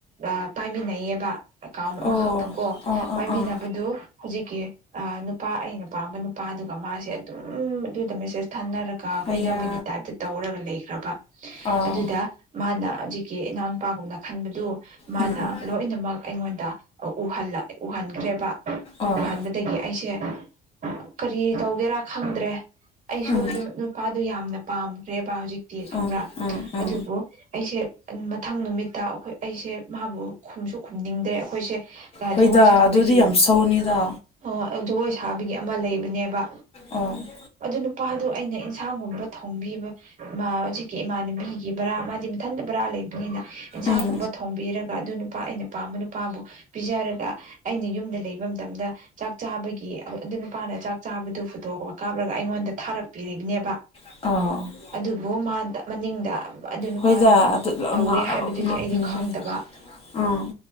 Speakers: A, on the right; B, on the left.
A: ꯑꯥ ꯄꯥꯏꯃꯤꯟꯅꯩꯌꯦꯕ ꯑꯦꯀꯥꯎꯟ ꯑꯃꯈꯛꯇꯪ
B: ꯑꯣ
A: ꯀꯣ
B: ꯑꯥ ꯑꯥ
A: ꯄꯥꯏꯃꯤꯟꯅꯕꯗꯨ
B: ꯑꯥ
A: ꯫ ꯍꯧꯖꯤꯛꯀꯤ ꯑ ꯅꯨꯄꯥ ꯑꯩꯅ ꯄꯥꯝꯕ ꯅꯨꯄꯥꯗꯨꯒ ꯃꯥꯁꯦ ꯑꯗꯨꯝ ꯑꯗꯨꯗ ꯃꯦꯁꯦꯁ ꯊꯅꯔꯛ ꯀꯥ ꯀꯣꯏꯅꯕꯒꯤ
B: ꯑꯌꯥ
A: ꯇꯥꯏꯞꯇ ꯇꯧꯔꯒ ꯂꯩꯈ꯭ꯔꯕ
B: ꯑꯥ
A: ꯑꯗꯨꯗ ꯫ ꯃꯥꯅ ꯍꯧꯖꯤꯛꯀꯤ ꯏꯅꯥꯎꯅꯨꯄꯥꯒꯨꯝꯅ ꯈꯟꯕꯗꯨ ꯃꯥꯅ
B: ꯎꯝ ꯎꯝ
A: ꯂꯣꯏꯅꯃꯛ ꯑꯥ ꯎꯍꯜꯂꯛ ꯎꯍꯟꯈ꯭ꯔꯦꯕ
B: ꯑꯥ
A: ꯎꯍꯟꯕꯗꯒꯤ ꯑꯩꯁꯦ ꯫ ꯀꯔꯤ ꯇꯧꯒꯦꯔꯥ ꯈꯪꯗ꯭ꯔꯦ ꯑꯩꯁꯨ
B: ꯎꯝ
A: ꯑꯗꯨꯝ ꯅꯨꯄꯥꯗꯨ ꯌꯥꯝꯅ ꯄꯥꯝꯈ꯭ꯔꯦꯕ ꯍꯧꯖꯤꯛꯇꯤ ꯈꯪꯕ꯭ꯔꯥ
B: ꯎꯝ ꯎꯝ
A: ꯫
B: ꯎꯝ
A: ꯑꯗꯨꯕꯨ ꯑꯩꯁꯦ ꯃꯊꯪ ꯅꯨꯃꯤꯠꯇ ꯑꯩꯈꯣꯏ ꯑꯩꯁꯦ ꯃꯥꯕꯨ ꯈꯨꯝꯁꯨ ꯈꯨꯝꯅꯤꯡꯗ꯭ꯔꯦ ꯑꯩꯈꯣꯏꯁꯦ ꯀꯥꯍꯥꯏꯗꯨ
B: ꯍꯣꯏꯗ
A: ꯖꯒꯣꯏ ꯁꯥꯕꯒꯤ
B: ꯑꯗꯨꯗꯤ ꯌꯥꯝ ꯁꯧꯅꯤꯗ
A: ꯫ ꯑꯣ ꯖꯒꯣꯏ ꯁꯥꯕꯒꯤ ꯑꯃ ꯂꯩꯕꯅꯦꯕ
B: ꯑꯣ ꯫
A: ꯑꯗꯨ ꯅꯨꯄꯥꯗꯣ ꯑꯩꯅ ꯏꯟꯁꯥꯡꯒꯨꯝꯕ ꯊꯣꯡꯕꯤꯕ ꯃꯥ ꯍꯧꯖꯤꯛ ꯀꯦ ꯏꯃꯥꯟꯅꯕꯤꯒꯤ ꯕꯔꯥ ꯃꯥꯗꯤ ꯃꯊꯟꯇ ꯕꯔꯥ ꯂꯩꯕꯅꯤꯅ ꯏꯟꯁꯥꯡꯒꯨꯝꯕ
B: ꯎꯝ
A: ꯊꯣꯡꯕꯤꯔꯒ ꯑꯗꯨ ꯅꯨꯄꯥ ꯑꯩꯅ ꯄꯥꯝꯕ ꯅꯨꯄꯥꯕꯨ ꯄꯤꯖꯔꯒ ꯑꯩꯅ ꯌꯨꯝꯗ ꯂꯩꯕ ꯃꯇꯝꯗ ꯫ ꯆꯥꯛ ꯆꯥꯕꯒꯤ ꯑꯗꯨ ꯅꯨꯄꯥꯅ ꯆꯥꯛ ꯆꯥꯕꯗꯨ ꯐꯣꯇꯣꯑꯕ ꯀꯥꯞꯂꯒ ꯑꯩꯉꯣꯟꯗ ꯊꯥꯔꯛꯄꯤꯔꯤꯕꯅꯦꯕ
B: ꯑꯧ ꯫
A: ꯑꯗꯨꯕꯨ ꯃꯥꯗ ꯃꯅꯤꯡꯗ ꯑꯗꯨ ꯅꯨꯄꯥꯗꯨꯒ
B: ꯍꯣꯏꯗ ꯑꯗꯨ
A: ꯇꯧꯋꯦ ꯍꯥꯏꯕꯗꯨꯗꯤ
B: ꯉꯥꯛꯇꯅꯤꯍꯦ
A: ꯑꯩꯗꯤ ꯈꯪꯗꯕ ꯫
B: ꯑꯥ ꯫